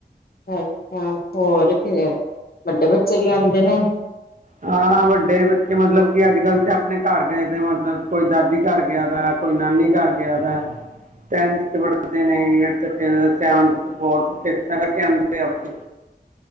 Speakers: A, on the left; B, on the right.
A: ਅੱਛਾ ਹੋਰ ਫ ਵੱਡੇ ਬੱਚੇ ਵੀ ਆਉਂਦੇ ਨੇ
B: ਹਾਂ ਵੱਡੇ ਬੱਚੇ ਮਤਲਬ ਕਿ ਅੱਜ ਕੱਲ੍ਹ ਤੇ ਆਪਣੇ ਘਰ ਗਏ ਮਤਲਬ ਕੋਈ ਦਾਦੀ ਘਰ ਗਿਆ ਦਾ ਕੋਈ ਨਾਨੀ ਘਰ ਗਿਆ ਦਾ ਟੈਨਥ ਚ ਪੜਦੇ ਨੇ ਥ ਚ ਸਵ ਫੋਥਕੇ ਆਂਦੇ ਆ ਬੱਚੇ